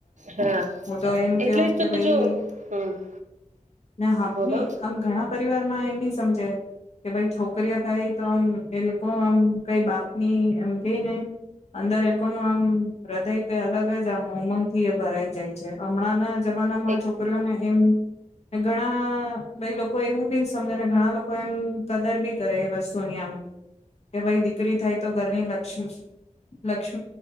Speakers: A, on the right (about 70°); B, on the left (about 55°).
A: હા
B: હું તો એમ
A: એટલે
B: કું
A: જ
B: કે
A: તો
B: ભાઈ,
A: જો હમ
B: ન
A: બોલો
B: આમ ઘણા પરિવારમાં એમ ભી સમજે કે ભાઈ છોકરીઓ થાય તો આમ એ લોકો આમ કઈ બાપની એમ જઈ ને અંદર એ લોકોનું આમ હૃદય કઈ અલગ જ આમ ઉમંગ થી એ ભરાઈ જાય છે હમણાં જમાના માં
A: એક
B: છોકરીઓને એમ ઘણા ભાઈ લોકો એવું બી સમજે ને ઘણા લોકો એમ કદર બી કરે એ વસ્તુની આમ. કે ભાઈ દીકરી થાય તો ઘરની લક્ષ્મી. લક્ષ